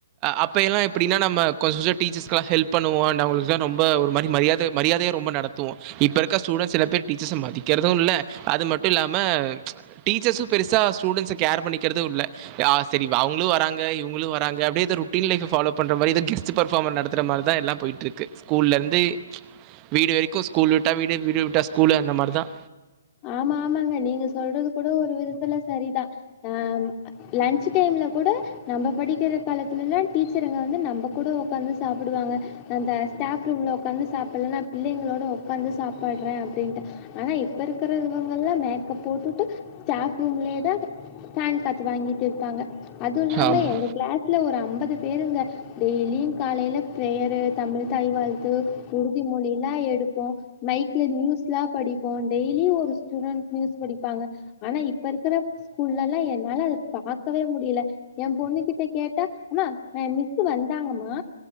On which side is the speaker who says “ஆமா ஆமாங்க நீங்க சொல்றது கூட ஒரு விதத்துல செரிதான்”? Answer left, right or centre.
Left